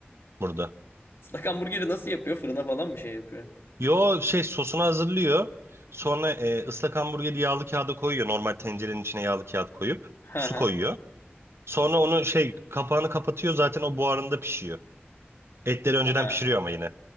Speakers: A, on the right; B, on the left.
A: burada.
B: Islak hamburgeri nasıl yapıyor? Fırına falan mı şey yapıyor?
A: Yo şey sosunu hazırlıyor. Sonra e, ıslak hamburgeri yağlı kağıda koyuyor. Normal tencerenin içine yağlı kağıt koyup
B: Hı
A: su
B: hı.
A: koyuyor. Sonra onu şey kapağını kapatıyor zaten o buharında pişiyor. Etleri önceden
B: Ha.
A: pişiriyor ama yine.